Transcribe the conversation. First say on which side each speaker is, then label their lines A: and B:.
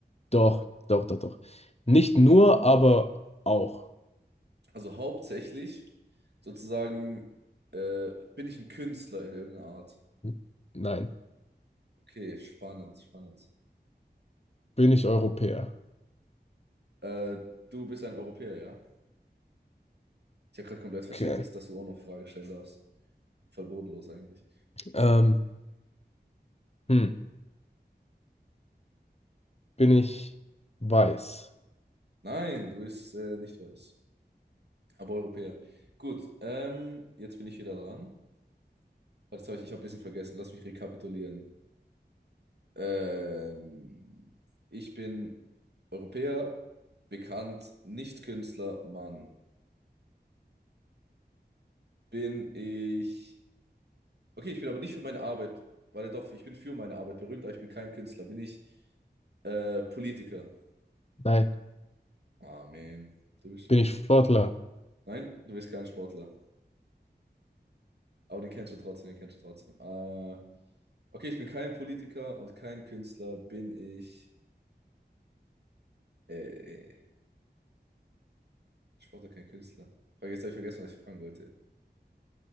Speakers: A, on the left; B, on the right.
A: Doch, doch, doch, doch. Nicht nur, aber auch.
B: Also hauptsächlich sozusagen äh, bin ich ein Künstler in irgendeiner Art.
A: Hm, Nein.
B: Okay, spannend, spannend.
A: Bin ich Europäer?
B: Äh, du bist ein Europäer, ja? Ich habe gerade komplett vercheckt,
A: Okay.
B: dass, dass du auch noch Fragen stellen darfst. Voll bodenlos eigentlich.
A: Ähm, hm. Bin ich weiß?
B: Nein, du bist äh, nicht weiß, aber Europäer. Gut, ähm, jetzt bin ich wieder dran. Warte, jetzt hab ich, ich habe ein bisschen vergessen. Lass mich rekapitulieren. Ähm, ich bin Europäer, bekannt, nicht Künstler, Mann. Bin ich Okay, ich bin aber nicht für meine Arbeit, weil doch, ich bin für meine Arbeit berühmt, aber ich bin kein Künstler, bin ich äh, Politiker.
A: Nein.
B: Ah, man. Du bist.
A: Bin ich Sportler?
B: Nein, du bist kein Sportler. Aber den kennst du trotzdem, den kennst du trotzdem. Äh, okay, ich bin kein Politiker und kein Künstler, bin ich. Äh, äh, Sportler, kein Künstler. Vergesst, habe ich vergessen, was ich fragen wollte.